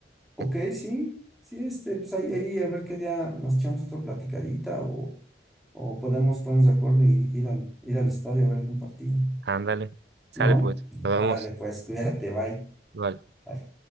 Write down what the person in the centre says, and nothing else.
ok,
sí, sí, este, pues ahí, ahí a ver qué día nos echamos otra platicadita o, o podemos ponernos de acuerdo y ir al, ir al estadio a ver algún partido.
¿No?
Órale,
pues, cuídate, bye.
Bye.